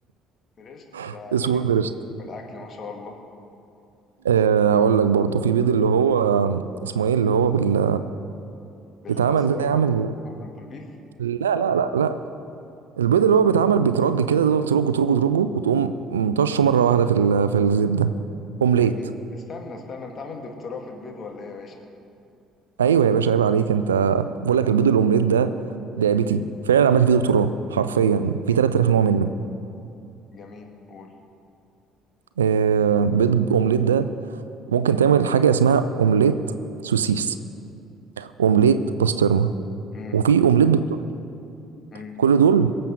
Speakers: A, on the left; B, on the right.
A: <laughs> فرشت
B: <laughs>
A: ده
B: اسمه
A: ده في
B: بريشت
A: في الاكل ما شاء الله
B: آه، اقول لك برضو في بيض اللي هو اسمه ايه اللي هو بال...
A: بالبسطرمه
B: بيتعمل زي عامل
A: وبالبيف
B: لا لا لا لا البيض اللي هو بيتعمل بيترج كده تفضل ترجه ترجه ترجه وتقوم مطشه مره واحده في ال... في الزبده اومليت
A: اه، اه. استنى استنى انت عامل دكتوراه في البيض ولا ايه يا باشا
B: ايوه يا باشا عيب عليك انت بقول لك البيض الاومليت ده لعبتي فعلا عملت فيه دكتوراه حرفيا في 3000 نوع منه
A: جميل قول
B: آه، بيض اومليت ده ممكن تعمل حاجه اسمها اومليت سوسيس اومليت بسطرمه
A: امم
B: وفي اومليت بالتركي
A: امم
B: كل دول